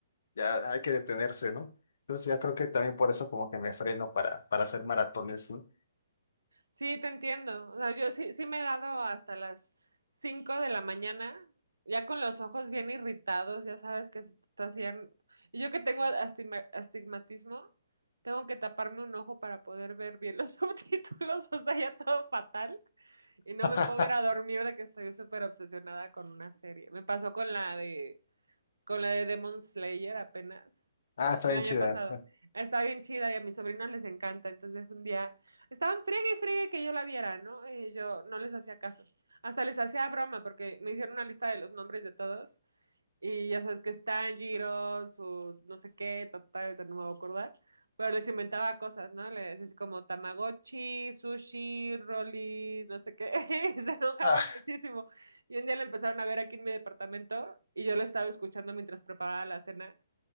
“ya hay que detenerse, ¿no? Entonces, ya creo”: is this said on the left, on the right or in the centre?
Left